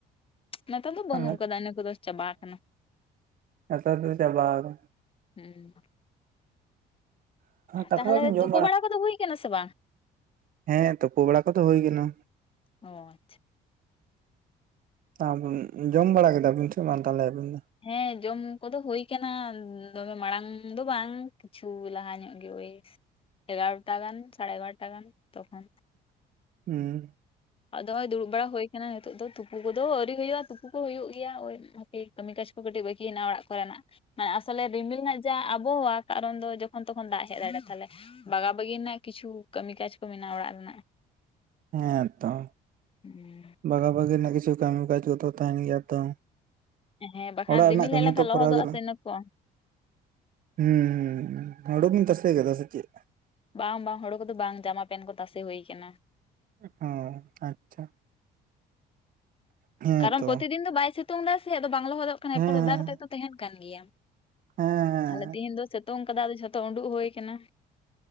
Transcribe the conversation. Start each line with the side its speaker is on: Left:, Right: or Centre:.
Left: ᱱᱮᱛᱟᱨ ᱫᱚ
Right: ᱦᱮᱸ
Left: ᱵᱟᱹᱱᱩᱜ ᱠᱟᱫᱟ ᱤᱱᱟᱹ ᱠᱚᱫᱚ ᱪᱟᱵᱟ ᱠᱟᱱᱟ
Right: ᱱᱮᱛᱟᱨ ᱫᱚ ᱪᱟᱵᱟ ᱟᱠᱟᱱᱟ᱾
Left: ᱦᱩᱸ
Right: ᱠᱟᱛᱷᱟ
Left: ᱛᱟᱦᱞᱮ
Right: ᱫᱚᱵᱤᱱ ᱡᱚᱢ
Left: ᱛᱩᱯᱳ ᱵᱟᱲᱟ ᱠᱚᱫᱚ ᱦᱩᱭ ᱠᱟᱱᱟ ᱥᱮ ᱵᱟᱝ?
Right: ᱦᱮᱸ ᱛᱩᱯᱩ ᱵᱟᱲᱟ ᱠᱚᱫᱚ ᱦᱩᱭ ᱠᱟᱱᱟ᱾
Left: ᱚ ᱟᱪᱪᱷᱟ᱾
Right: <unintelligible> ᱡᱚᱢ ᱵᱟᱲᱟ ᱠᱮᱫᱟ ᱵᱤᱱ ᱥᱮ ᱵᱟᱝ ᱛᱟᱦᱚᱞᱮ ᱟᱹᱵᱤᱱ ᱫᱚ?
Left: ᱦᱮᱸ ᱡᱚᱢ ᱠᱚᱫᱚ ᱦᱩᱭ ᱠᱟᱱᱟ ᱫᱚᱢᱮ ᱢᱟᱲᱟᱝ ᱫᱚ ᱵᱟᱝ᱾ ᱠᱤᱪᱷᱩ ᱞᱟᱦᱟ ᱧᱚᱜ ᱜᱮ ᱳᱭ ᱮᱜᱟᱨᱚᱴᱟ ᱜᱟᱱ ᱥᱟᱲᱮ ᱮᱜᱟᱨᱚᱴᱟ ᱜᱟᱱ ᱛᱚᱠᱷᱚᱱ᱾
Right: ᱦᱩᱸ᱾
Left: ᱟᱫᱚ ᱦᱚᱸᱜᱼᱚᱭ ᱫᱩᱲᱩᱵ ᱵᱟᱲᱟ ᱦᱩᱭ ᱠᱟᱱᱟ ᱱᱤᱛᱚᱜ ᱫᱚ ᱛᱩᱯᱩ ᱠᱚᱫᱚ ᱟᱹᱣᱨᱤ ᱦᱩᱭᱩᱜᱼᱟ ᱛᱩᱯᱩ ᱠᱚ ᱦᱩᱭᱩᱜ ᱜᱮᱭᱟ ᱳᱭ ᱦᱟᱯᱮ ᱠᱟᱹᱢᱤ ᱠᱟᱡᱽ ᱠᱚ ᱠᱟᱹᱴᱤᱡ ᱵᱟᱹᱠᱤ ᱢᱮᱱᱟᱜ-ᱟ ᱚᱲᱟᱜ ᱠᱚᱨᱮᱱᱟᱜ᱾ ᱢᱟᱱᱮ ᱟᱥᱚᱞᱮ ᱨᱤᱢᱤᱞ ᱨᱮᱱᱟᱜ ᱡᱟ ᱟᱵᱚᱦᱟᱣᱟ ᱠᱟᱨᱚᱱ ᱫᱚ ᱡᱚᱠᱷᱚᱱ ᱛᱚᱠᱷᱚᱱ ᱫᱟᱜ ᱦᱮᱡ ᱫᱟᱲᱮᱭᱟᱜᱼᱟ ᱛᱟᱞᱦᱮ ᱵᱟᱜᱟ ᱵᱟᱹᱜᱤ ᱨᱮᱱᱟᱜ ᱠᱤᱪᱷᱩ ᱠᱟᱹᱢᱤ ᱠᱟᱡᱽ ᱠᱚ ᱢᱮᱱᱟᱜᱼᱟ ᱚᱲᱟᱜ ᱨᱮᱱᱟᱜ᱾
Right: ᱦᱮᱸ ᱛᱚ᱾
Left: ᱦᱩᱸ᱾
Right: ᱵᱟᱜᱟ ᱵᱟᱜᱤ ᱨᱮᱱᱟᱜ ᱠᱤᱪᱷᱩ ᱠᱟᱹᱢᱤ ᱠᱟᱡᱽ ᱠᱚᱫᱚ ᱛᱟᱦᱮᱱ ᱜᱮᱭᱟ ᱛᱚ᱾
Left: ᱦᱮᱸ ᱵᱟᱠᱷᱟᱱ
Right: ᱚᱲᱟᱜ ᱨᱮᱱᱟᱜ
Left: ᱨᱤᱢᱤᱞ
Right: ᱠᱟᱹᱢᱤ
Left: ᱦᱮᱡ ᱞᱮᱱᱠᱷᱟᱱ
Right: ᱛᱚ
Left: ᱞᱚᱦᱚᱫᱚᱜᱼᱟ
Right: ᱠᱚᱨᱟᱣ ᱜᱮ
Left: ᱥᱮ ᱤᱱᱟᱹ ᱠᱚ᱾
Right: ᱦᱩᱸ ᱦᱩᱸ ᱦᱩᱲᱩ ᱵᱤᱱ ᱛᱟᱥᱮ ᱠᱟᱫᱟ ᱥᱮ ᱪᱮᱫ?
Left: ᱵᱟᱝ ᱵᱟᱝ ᱦᱳᱲᱳ ᱠᱚᱫᱚ ᱵᱟᱝ ᱡᱟᱢᱟ ᱯᱮᱱ ᱠᱚ ᱛᱟᱥᱮ ᱦᱩᱭ ᱟᱠᱟᱱᱟ᱾
Right: ᱚ ᱟᱪᱪᱷᱟ᱾ ᱦᱮᱸ
Left: ᱠᱟᱨᱚᱱ
Right: ᱛᱚ
Left: ᱯᱨᱚᱛᱤᱫᱤᱱ ᱫᱚ ᱵᱟᱭ ᱥᱤᱛᱩᱝ ᱫᱟᱭ ᱥᱮ ᱟᱫᱚ ᱵᱟᱝ ᱞᱚᱦᱚᱫᱚᱜ ᱠᱟᱱᱟ
Right: ᱦᱮᱸ
Left: ᱮᱯᱚᱨ
Right: ᱦᱮᱸ
Left: ᱚᱫᱟ ᱠᱟᱛᱮᱫ ᱛᱚ ᱛᱟᱦᱮᱱ ᱠᱟᱱ ᱜᱮᱭᱟ,
Right: ᱦᱮᱸ
Left: ᱛᱟᱦᱞᱮ ᱛᱤᱦᱤᱧ ᱫᱚ ᱥᱤᱛᱩᱝ ᱠᱟᱫᱟ ᱟᱫᱚ ᱡᱷᱚᱛᱚ ᱩᱰᱩᱠ ᱦᱩᱭ ᱟᱠᱟᱱᱟ᱾